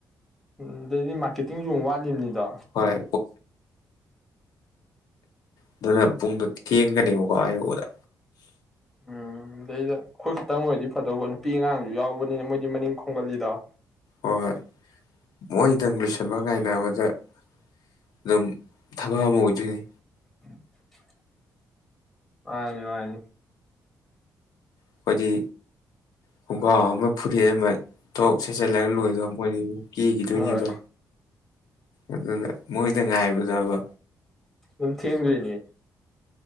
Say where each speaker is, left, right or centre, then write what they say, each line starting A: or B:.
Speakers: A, in the centre; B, on the left.
A: ꯎꯝ ꯗꯩꯗꯤ ꯃꯥꯔꯀꯦꯇꯤꯡꯁꯨ ꯑꯃꯨꯛ ꯋꯥꯠꯂꯤꯕꯅꯤꯗꯣ
B: ꯍꯣꯏ ꯑꯗꯨꯅ ꯄꯨꯡꯗꯨꯣ ꯊꯦꯡꯒꯅꯦꯕꯀꫭ ꯑ ꯌꯧꯕꯗ
A: ꯎꯝ ꯗꯩꯗ ꯑꯩꯈꯣꯏ ꯈꯤꯇꯪ ꯑꯣꯏꯔꯗꯤ ꯐꯗꯧꯕ ꯅꯨꯄꯤ ꯑꯉꯥꯡꯁꯨ ꯌꯥꯎꯕꯅꯤꯅ ꯃꯣꯏꯗꯤ ꯃꯅꯤꯡ ꯈꯣꯝꯒꯜꯂꯤꯗꫭ
B: ꯍꯣꯏ ꯍꫭꯏ ꯃꯣꯏꯗꯪ ꯂꯤ ꯁꯟꯕ ꯉꯥꯏꯅꯕꯗ ꯑꯗꯨꯝ ꯊꯕꯛ ꯑꯃ ꯑꯣꯏꯗꯣꯏꯅꯤ
A: <inaudible> ꯃꯥꯅꯤ ꯃꯥꯅꯤ
B: ꯑꯈꯣꯏꯗꯤ ꯈꯣꯡꯒ꯭ꯔꯥꯎ ꯑꯃ ꯐꯨꯔꯤꯠ ꯑꯃ ꯊꯣꯛ ꯁꯣꯏꯆꯜꯂꯒ ꯂꯣꯏꯗꯣ ꯃꯣꯏꯗꯤ ꯃꯨꯛ ꯀꯦꯒꯤꯗꯣꯏꯅꯤꯗꯣ
A: ꯍꯣꯏ
B: ꯑꯗꯨꯗ ꯃꯣꯏꯗꯪ ꯉꯥꯏꯕꯗꯕ
A: ꯑꯗꯨꯝ ꯊꯦꯡꯗꯣꯏꯅꯤ